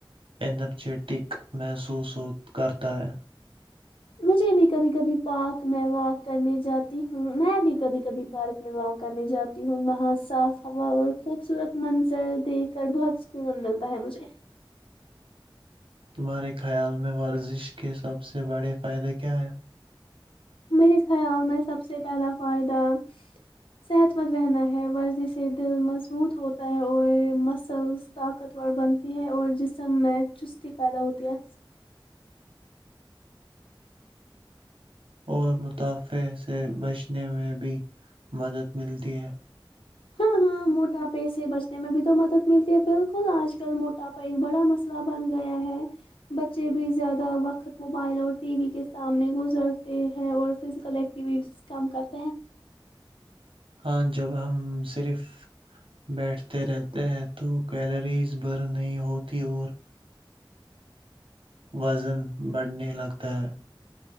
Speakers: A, on the right; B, on the left.
A: انرجیٹک محسوس ہو کرتا ہے
B: مجھے بھی کبھی کبھی پارک میں واک کرنے جاتی ہوں میں بھی کبھی کبھی پارک میں واک کرنے جاتی ہوں وہاں صاف ہوا اور خوبصورت منظر دیکھ کر بہت سکون ملتا ہے مجھے
A: تمہارے خیال میں ورزش کے سب سے بڑے فائدے کیا ہے
B: میرے خیال میں سب سے پہلا فائدہ صحت مند رہنا ہے ورزش سے دل مضبوط ہوتا ہے اور مسلس طاقتور بنتی ہے اور جسم میں چستی پیدا ہوتی ہے
A: اور متاافع سے بچنے میں بھی مدد ملتی ہے
B: ہاں ہاں موٹاپے سے بچنے میں بھی تو مدد ملتی ہے بالکل آج کل موٹاپا ایک بڑا مسئلہ بن گیا ہے بچے بھی زیادہ وقت موبائل اور ٹی وی کے سامنے گزرتے ہیں اور فزیکل ایکٹیویٹیز کم کرتے ہیں
A: ہاں جب ہم صرف بیٹھتے رہتے ہیں تو کیلریز برن نہیں ہوتی اور وزن بڑھنے لگتا ہے